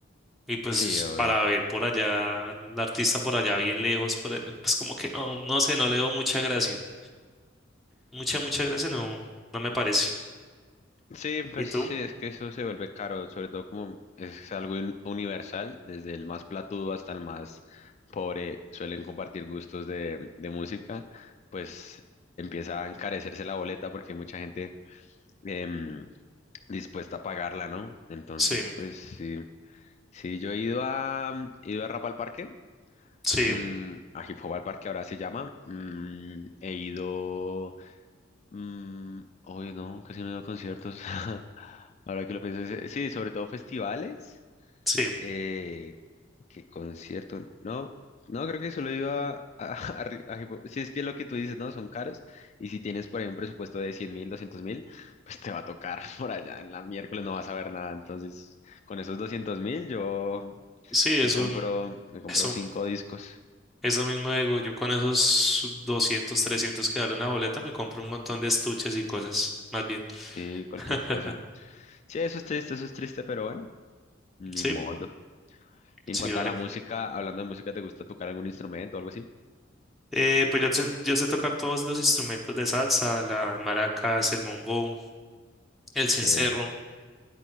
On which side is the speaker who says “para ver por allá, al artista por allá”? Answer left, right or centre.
Centre